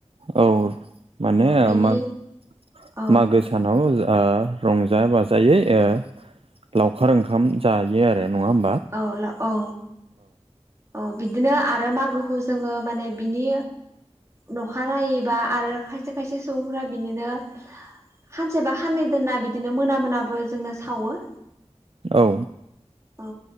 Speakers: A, on the right; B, on the right.
A: औ माने आ
B: बिनि
A: माग-मागो
B: औ
A: सा सानाव ओ रंजा बाजायै ओ लावखार ओंखाम जायो आरो नङा होम
B: औ लाव औ। औ बिदिनो आरो मागोखौ जोङो माने बिनि नखा नायोबा आरो खायसे खायसे सुबुंफोरा बिदिनो खानसेबा खाननै दोनना बिदिनो मोना मोनाबो जोंनो सावो।
A: औ।
B: औ